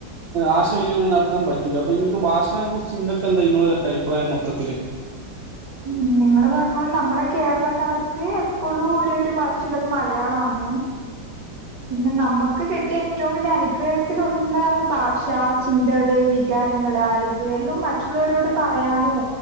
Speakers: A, on the right; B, on the right.
A: ആശയവിനിമയം നടത്താൻ പറ്റൂല അപ്പൊ നിങ്ങൾക്ക് ഭാഷണെ കുറിച്ച് നിങ്ങൾക്ക് എന്താ നിങ്ങളൊ ഒരു അഭിപ്രായം മൊത്തത്തില്
B: <inaudible> ഉ നിങ്ങള്ൾ പറഞ്ഞ പോ നമ്മളെ കേരളക്കാർക്ക് എപ്പോഴും ഒരേ ഒരു ഭാഷയള്ളത് മലയാളമാണ് ണ് പിന്നെ നമുക്ക് കിട്ടിയ ഏറ്റവും വലിയ അനുഗ്രഹത്തിൽ ഒന്നന്ന് ഭാഷ ചിന്തകള് വിക <inaudible> അറിവ് എല്ലോ മറ്റുള്ളവരോട് പറയാനോ